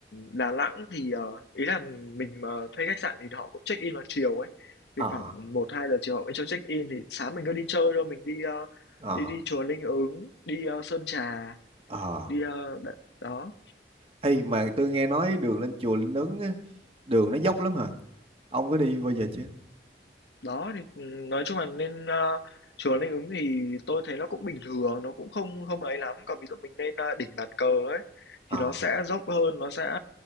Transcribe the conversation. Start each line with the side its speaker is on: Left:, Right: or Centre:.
Left: Đà Nẵng thì, ờ, ý là mình mà thuê khách sạn thì họ cũng check-in vào chiều ấy,
Right: Ờ
Left: thì khoảng một hai giờ chiều họ mới cho check-in thì sáng mình cứ đi chơi thôi, mình đi, ơ,
Right: ờ
Left: đi đi chùa Linh Ứng, đi, ơ, Sơn Trà
Right: ờ
Left: Đi, ơ, đ đó,
Right: Ê mà tôi nghe nói đường lên chùa Linh Ứng á, đường nó dốc lắm hả? Ông có đi bao giờ chưa?
Left: đó thì, ừm, nói chung là nên, a, chùa Linh Ứng thì tôi thấy nó cũng bình thường, nó cũng không không ấy lắm. Còn ví dụ mình lên, a, đỉnh bàn cờ ấy,
Right: Ờ
Left: thì nó sẽ dốc hơn, nó sẽ